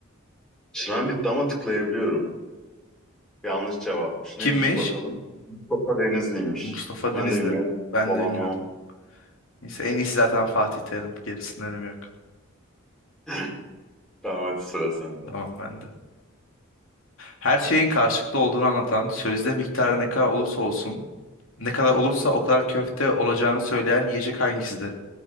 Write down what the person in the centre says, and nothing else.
Süren bitti ama tıklayabiliyorum. Yanlış cevapmış.
Neymiş bakalım? Mustafa Denizli'ymiş.
Ben
de bilmiyorum.
Bol
anlamam.
<laughs> Tamam hadi sıra sende.